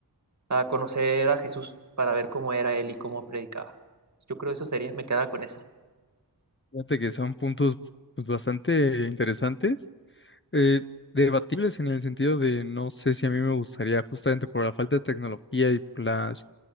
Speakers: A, on the right (about 45°); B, on the left (about 30°).
A: a conocer a Jesús para ver cómo era él y cómo predicaba. Yo creo eso sería, me quedaba con esa.
B: Fíjate que son puntos pues, bastante interesantes, eh, debatibles en el sentido de no sé si a mí me gustaría, justamente por la falta de tecnología y por las